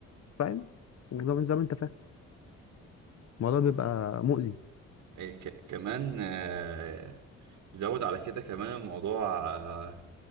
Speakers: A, on the left; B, on the right.
A: فاهم وزي ما زي ما انت فاهم الموضوع بيبقى مؤذي
B: إيه ك كمان آه، زود على كده كمان الموضوع آه،